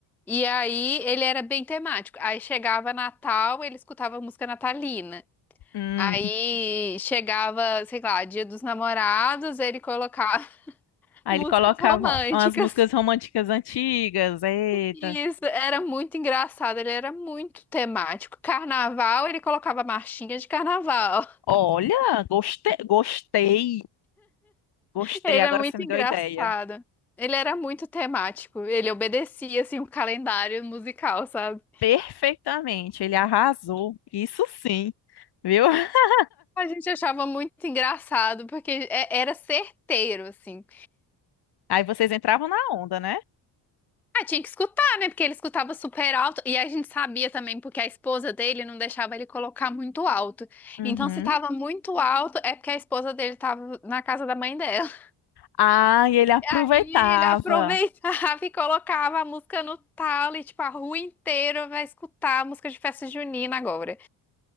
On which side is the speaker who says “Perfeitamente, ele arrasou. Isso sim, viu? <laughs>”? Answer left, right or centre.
Left